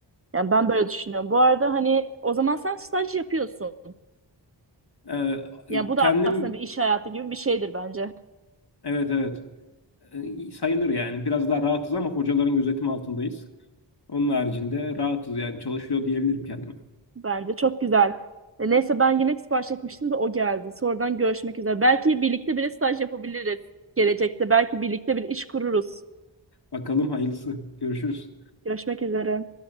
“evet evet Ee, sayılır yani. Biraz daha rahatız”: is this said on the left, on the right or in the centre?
Left